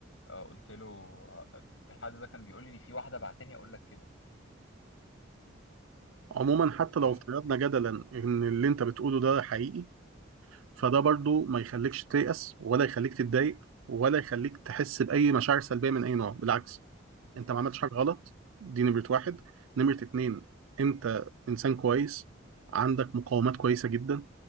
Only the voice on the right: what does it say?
عموما حتى
لو افترضنا جدلا ان اللي انت بتقوله ده حقيقي فده برضو ما يخليكش تيأس ولا يخليك تتضايق ولا يخليك تحس بأي مشاعر سلبية من أي نوع بالعكس انت ما عملتش حاجه غلط دي نمره واحد نمره اتنين انت انسان كويس عندك مقاومات كويسه جدا